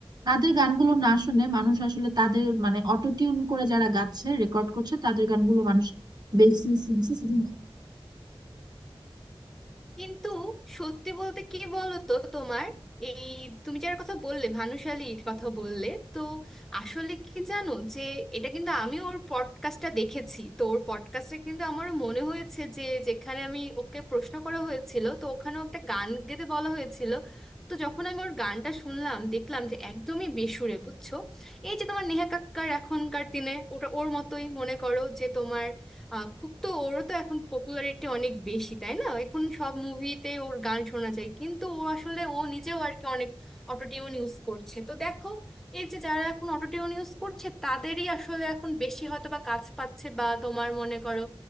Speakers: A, on the right; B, in the centre.
A: তাদের গানগুলো না শুনে মানুষ আসলে তাদের মানে অটো টিউন করে যারা গাচ্ছে রেকর্ড করছে তাদের গানগুলো মানুষ বেশি শুনছে শুধু
B: কিন্তু সত্যি বলতে কি বলতো তোমার এই তুমি যার কথা বললে ভানুশালীর কথা বললে তো আসলে কি জানো যে এটা কিন্তু আমি ওর পডকাস্টটা দেখেছি তো ওর পডকাস্টে কিন্তু আমারও মনে হয়েছে যে যেখানে আমি ওকে প্রশ্ন করা হয়েছিল তো ওখানেও একটা গান গেতে বলা হয়েছিল তো যখন আমি ওর গানটা শুনলাম দেখলাম যে একদমই বেসুরে বুঝছো এই যে তোমার নেহা কাক্কার এখনকার দিনে ওটা ওর মতোই মনে করো যে তোমার আহ খুব তো ওরও তো এখন পপুলারিটি অনেক বেশি তাই না এখন সব মুভিতে ওর গান শোনা যায় কিন্তু ও আসলে ও নিজেও আর কি অনেক অটোটিউন ইউজ করছে তো দেখো এই যে যারা এখন অটোটিউন ইউজ করছে তাদেরই আসলে এখন বেশি হয়তো বা কাজ পাচ্ছে বা তোমার মনে করো